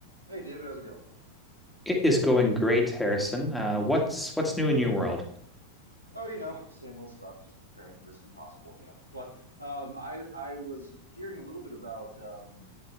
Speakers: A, on the right; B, in the centre.
A: Hey David, how's it going?
B: It is going great, Harrison. Uh, what's what's new in your world? <laughs>
A: Oh, you know, same old stuff, just preparing for some possible hail. But um, I I was hearing a little bit about um,